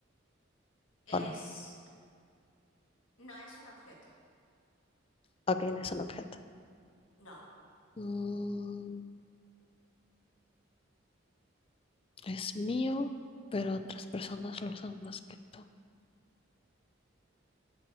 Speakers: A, on the left; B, on the left.
A: es...
B: o no?
A: No es un objeto,
B: Ok, no es un objeto.
A: no,
B: Mm, es mío, pero otras personas lo usan más que tú.